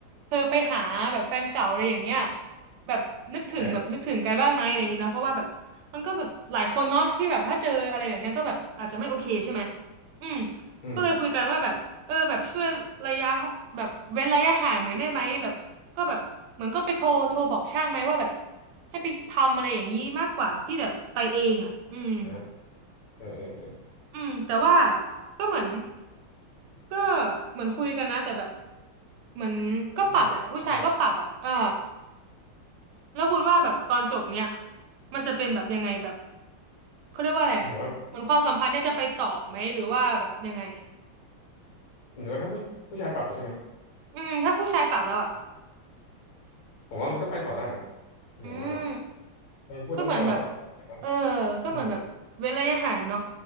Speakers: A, on the right (about 85°); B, on the left (about 65°).
A: เธอไปหาแบบแฟนเก่าอะไรอย่างเงี้ยแบบนึกถึงแบบนึกถึงกันบ้างไหมอะไรอย่างเงี้ยเนาะเพราะว่าแบบมันก็แบบหลายคนเนาะที่แบบถ้าเจออะไรแบบเนี้ยก็แบบอาจจะไม่โอเคใช่ไหม
B: เออ
A: อืม
B: อืม
A: ก็เลยคุยกันว่าแบบเออแบบช่วยระยะแบบเว้นระยะห่างหน่อยได้ไหมแบบก็แบบเหมือนก็ไปโทรโทรบอกช่างไหมว่าแบบให้ไปทำอะไรอย่างนี้มากกว่าที่แบบไปเองอ่ะอืม
B: นะเออเออเออ
A: อืมแต่ว่าก็เหมือนก็เหมือนคุยกันนะแต่แบบเหมือนก็ปรับแหละผู้ชายก็ปรับอ่ะเออ
B: ผู้ชายก็อะไรเงี้ย
A: แล้วคุณว่าแบบตอนจบเนี้ยมันจะเป็นแบบยังไงแบบเขาเรียกว่าอะไรอ่ะเหมือนความสัมพันธ์เนี่ยจะไปต่อไหมหรือว่าแบบยังไง
B: หรือว่าหรือว่าถ้าผู้ผู้ชายปรับแล้วใช่ไหม
A: อืมถ้าผู้ชายปรับแล้วอ่ะ
B: ผมว่ามันก็ไปต่อได้นะหมายถึงว่า
A: อืม
B: มันพูดแล้วมันยอมปรับอะแต่ว่า
A: ก็เหมือนแบบเออก็เหมือนแบบเว้นระยะห่างเนาะ
B: อืม